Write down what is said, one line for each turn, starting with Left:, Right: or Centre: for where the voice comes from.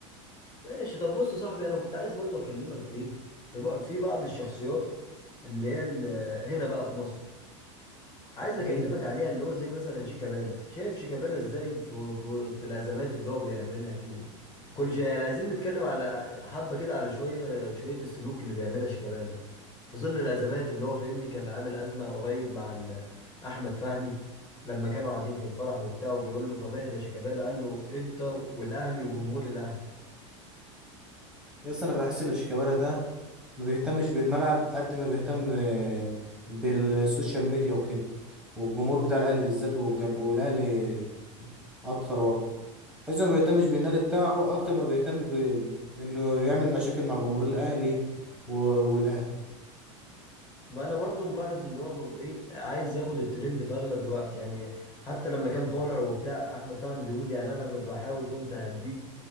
Left: ماشي طب بص يا صاحبي أنا كنت عايز برضه أكلمك فيه في إيه؟ في بق- في بعض الشخصيات اللي هي ال- هنا بقى في مصر عايز
Centre: مين
Left: اكلمك عليها اللي هو زي مثلا شيكابالا شايف شيكابالا ازاي في, في, في الازمات اللي هو بيعملها دي وكل شيء يعني عايزين نتكلم على حبة كده على شوية شوية السلوك اللي بيعملها شيكابالا في ظل الازمات اللي هو فاهمني كان عامل ازمة قريب مع ال- احمد فهمي لما كانوا قاعدين في الفرح وبتاع وبيقول له طب اهدى شيكابالا قال له انت والاهلي وجمهور الاهلي
Centre: يس انا بحس ان شيكابالا ده ما بيهتمش بالملعب قد ما بيهتم آه، بالسوشيال ميديا وكده والجمهور بتاع الاهلي بالذات والجم... والاهلي اكتر وقت حيث ما بيهتمش بالنادي بتاعه اكتر ما بيهتم ب... انه يعمل مشاكل مع جمهور الاهلي و... والاهلي
Left: ما انا برضو ملاحظ ان هو بيبقى ايه عايز ياخد الترند في اغلب الوقت يعني حتى لما كان طالع وبتاع احمد فهمي بيقول يعني انا ب- بحاول كنت اهديه